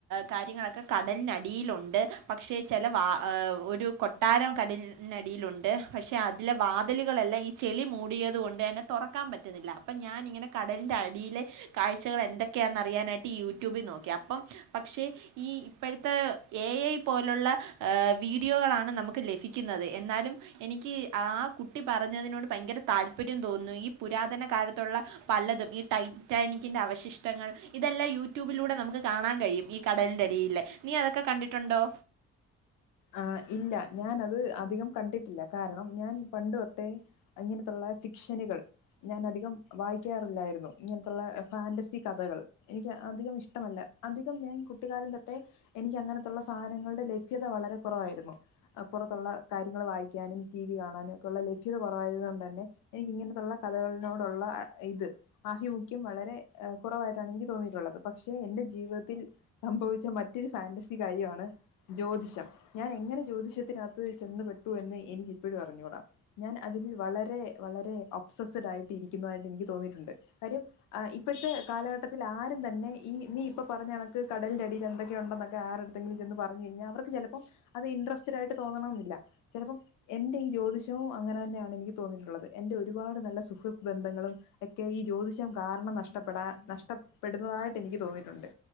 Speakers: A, on the right (about 85°); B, on the left (about 85°).
A: കാര്യങ്ങളൊക്കെ കടലിനടിയിലുണ്ട് പക്ഷേ ചില ഒരു കൊട്ടാരം കടലിനടിയിലുണ്ട് പക്ഷെ അതിലെ വാതിലുകളെല്ലാം ഈ ചെളി മൂടിയത് കൊണ്ട് തെ തുറക്കാൻ പറ്റുന്നില്ല അപ്പൾ ഞാാനിങ്ങനെ കടലി്റെ ആ കുടിയിലെ കാഴ്ചകൾ എന്തൊക്കെയാെന്ന് അറിയാനായിട്ട് യൂട്യൂബിൽ നോക്കി അപ്പം പക്ഷേ ഈ ഇപ്പോഴത്തെ എ ഐ പോലുള്ള വീഡിയോകളാണ് നമുക്ക് ലഭിക്കുന്നത് എന്നാലും എനിക്ക് ആ കുട്ടി പറഞ്ഞതിനോട് ഭയങ്കര താല്പര്യം തോന്നുന്നു ഈ പുരാതന കാലത്തുള്ള പലതും ഈ ടൈറ്റാനിക്കിന്റെ അവശിഷ്ടങ്ങൾ ഇതെല്ലാം യൂട്യൂബിലൂടെ നമുക്ക് കാണാൻ കഴിയും ഈ കടലിന്റെടിൽ നീ അതൊക്കെ കണ്ടിട്ടുണ്ടോ
B: ആ ഇല്ല ഞാൻ അത് അധികം കണ്ടിട്ടില്ല കാരണം ഞാൻ പണ്ട് തൊട്ടേ ഇങ്ങനത്തുള്ള ഫിക്ഷനുകൾ ഞാൻ അധികം വായിക്കാറില്ലായിരുന്നു ഇങ്ങനത്തുള്ള ഫാൻറസി കഥകൾ എനിക്ക് അധികം ഇഷ്ടമല്ല അധികം ഞാൻ കുട്ടിക്കാലം തൊട്ടേ എനിക്ക് അങ്ങനത്തുള്ള സാധനങ്ങളുടെ ലഭ്യത വളരെ കുറവായിരുന്നു പുറത്തുള്ള കാര്യങ്ങൾ വായിക്കാനും ടി വി കാണാനും ഒക്കെള്ള ലഭ്യത കുറവായത്ുക കൊണ്ട് തന്നെ എനിക്ക്ിങ്ങനത്തുള്ള കഥകളിനോടുള്ള ഇത് ആഭിമുഖ്യം വളരെ കുറവായിട്ടാണ് എനിക്ക് തോന്നിയിട്ടുള്ളത് പക്ഷെ എൻറെ ജീവിതത്തിൽ സംഭവിച്ച മറ്റൊരു ഫാാന്റസി കാര്യമാണ് ജ്യോതിഷം ഞാൻ എങ്ങനെ ജ്യോതിഷത്തിനകത്ത് ചെന്ന പെട്ടു എന്ന് എനിക്ക് ഇപ്പോഴും പറഞ്ഞൂടാം ഞാൻ അതിൽ വളരെ വളരെ അപ്സസഡ് ആയിട്ട്രിക്കുന്നതായിട്ട് എനിക്ക് തോന്നിയിട്ടുണ്ട് കാര്യം ഇപ്പോഴത്തെ കാലഘട്ടത്തിൽ ആരും തന്നെ ഈ നീ ഇപ്പ പറഞ്ഞ കനക്ക് കടലിറെ അടിയിൽ എന്തൊക്കെ ഉണ്ടെന്നൊക്കെ ആരെടുത്തെങ്കിലും ചെന്ന് പറഞ്ഞു കഴിഞ്ഞാൽ അവർക്ക് ചിലപ്പോം അത് ഇൻട്രസ്റ്റഡ് ആയിട്ട് തോന്നണംമ എന്നില്ല ചിലപ്പം എൻ്റെ ഈ ജ്യോതിഷവും അങ്ങനെ തന്നെയാണ് എനിക്ക് തോന്നിയിട്ടുള്ളത് എൻ്ന്റെ ഒരുപാട് നല്ല സുഖൃ ബന്ധങ്ങളും ഒക്കെ ഈ ജ്യോതിഷം കാരണം നഷ്ടപ്പെടാ നഷ്ടപ്പെടുന്നതായിട്ട് എനിക്ക് തോന്നിട്ടുണ്ട്